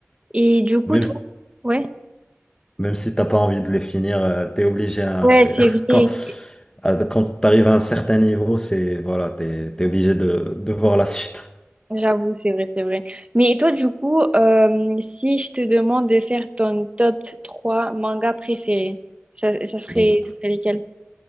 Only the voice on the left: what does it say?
Même,
si-
même si t'as pas envie de les finir, euh, t'es obligé à-
<laughs>
quand, à- quand t'arrives à un certain niveau, c'est voilà, t'es, t'es obligé de, de voir la suite.
Donc,